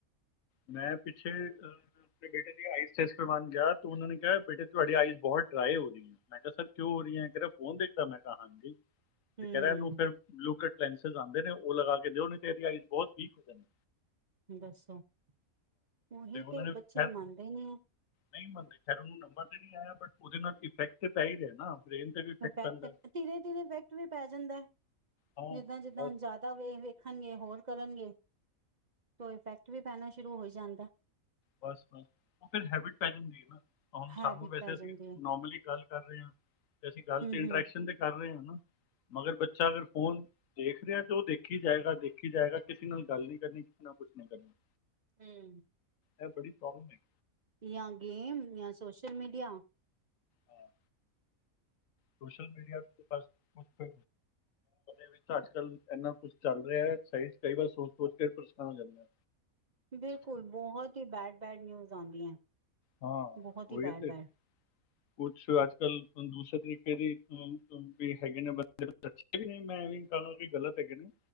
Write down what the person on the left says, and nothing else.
ਮੈਂ, ਪਿੱਛੇ ਆਪਣੇ ਬੇਟੇ ਦੀ ਆਈਸ ਟੈਸਟ ਕਰਵਾਉਣ ਗਿਆ, ਤੇ ਉਹਨਾਂ ਨੇ ਕਿਹਾ, ਬੇਟੇ ਤੁਹਾਡੀ ਆਈਸ ਬਹੁਤ ਡਰਾਈ ਹੋ ਰਹੀ ਹੈ, ਮੈਂ ਕਿਹਾ ਸਰ ਚੋਰੀਆਂ, ਕਹਿੰਦਾ ਫੋਨ ਦੇਖਦਾ? ਤਾਂ, ਮੈਂ ਕਿਹਾ, ਹਾਂ ਜੀ। ਤੇ
ਕਹਿ ਰਿਹਾ, ਇਹਨੂੰ ਫੇਰ ਬਲੂਕਟ ਲੈਨਸ ਆਉਂਦੇ ਨੇ ਉਹ ਲਗਾ ਕੇ ਦਿਓ, ਨਹੀਂ ਤੇ ਇਹਦੀ ਆਈਸ ਬਹੁਤ ਵੀਕ ਹੋ ਜਾਣੀ।
ਉਹਨਾਂ
ਨੇ ਖੈਰ
ਨਹੀਂ ਮੰਨਦੇ, ਖੈਰ ਉਹਨੂੰ ਨੰਬਰ ਤੇ ਨਹੀਂ ਆਇਆ ਬਟ ਉਹਦੇ ਨਾਲ ਇਫੈਕਟ ਤੇ ਪੈ ਹੀ ਰਿਹਾ ਨਾ। ਬ੍ਰੇਨ ਤੇ ਵੀ
ਪੈਂਦਾ
ਹਾਂ
ਬਸ- ਬਸ ਉਹ ਫਿਰ ਹੈਬਿਟ ਪੈ ਜਾਂਦੀ ਹੈ ਨਾ, ਹੁਣ
ਸਾਨੂੰ ਵੈਸੇ
ਅਸੀਂ
ਨੋਰਮਲੀ ਗੱਲ ਕਰ ਰਹੇ ਹਾਂ। ਤੇ ਅਸੀਂ ਗੱਲ
ਤੇ ਇੰਟਰੈਕਸ਼ਨ
ਤੇ ਕਰ ਰਹੇ ਹਾਂ। ਨਾ ਮਗਰ ਬੱਚਾ ਅਗਰ ਫੋਨ ਦੇਖ ਰਿਹਾ <unintelligible> ਦੇਖੀ ਜਾਏਗਾ ਦੇਖੀ ਜਾਏਗਾ ਕਿਸੇ ਨਾਲ ਗੱਲ ਨੀ ਕਰਨੀ ਕਿਸੇ ਨਾਲ ਕੁਛ <unintelligible>
ਇਹ ਬੜੀ ਪ੍ਰੋਬਲਮ ਹੈਗੀ।
ਹਾਂ ਸੋਸ਼ਲ ਮੀਡੀਆ ਤੇ ਬਸ ਉਹਦੇ ਵਿੱਚ ਤਾਂ ਅੱਜ- ਕੱਲ ਇੰਨਾ ਕੁਛ ਚੱਲ ਰਿਹਾ ਕਈ ਵਾਰ ਸੋਚ ਸੋਚ ਕੇ ਪ੍ਰੇਸ਼ਾਨ ਹੋ ਜਾਂਦੇ।
ਹਾਂ
ਉਹੀ
ਤੇ
ਕੁਛ ਅੱਜ- ਕੱਲ <unintelligible> ਇਸੇ ਤਰੀਕੇ ਦੇ ਵੀ ਹੈਗੇ ਨੇ ਬੱਚੇ, ਅੱਛੇ ਵੀ ਨੇ ਮੈਂ ਇਵੇਂ ਕਹਾਂ ਕਿ ਗ਼ਲਤ ਹੈਗੇ ਨੇ,